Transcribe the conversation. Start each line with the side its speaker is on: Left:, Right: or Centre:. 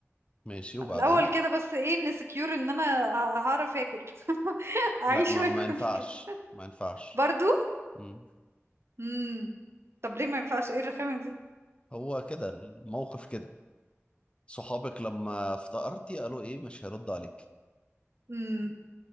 Left: ماشي وبعدين
Right: الاول كده بس ايه نسكيور ان انا ه- هعرف اكل <laughs> اعيش
Left: لا ما,
Right: واكل
Left: ما ينفعش
Right: كده
Left: ما ينفعش
Right: برضو
Left: مم.
Right: امم طب ليه ما ينفعش ايه الرخامة دي
Left: هو كده الموقف كده صحابك لما افتقرتي قالوا ايه مش هيرد عليك
Right: امم